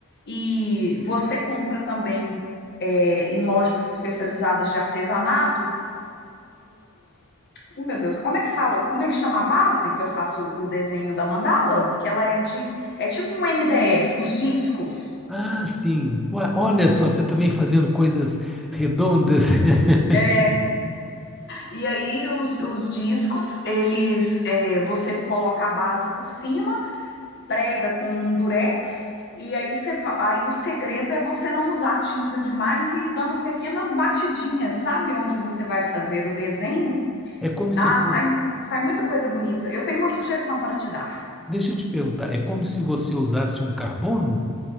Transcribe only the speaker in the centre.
Ah, sim. Ua- Olha só, você também fazendo coisas redondas. <laughs>
É como se
fosse.
Deixa eu te perguntar. É como se você usasse um carbono?